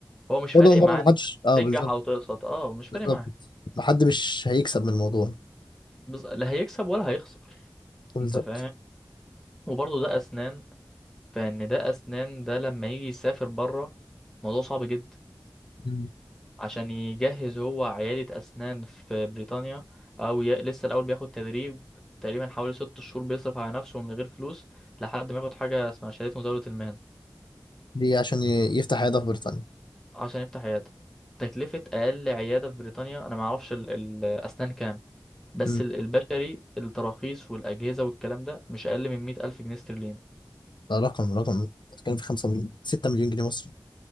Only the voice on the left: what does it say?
برضه برضه
محدش اه
بالظبط
بالظبط
ما حد مش هيكسب من الموضوع
بالظبط
م.
دي عشان ي- يفتح عياده في بريطانيا
م.
ده رقم رقم بتتكلم في 5 مليون 6 مليون جنيه مصري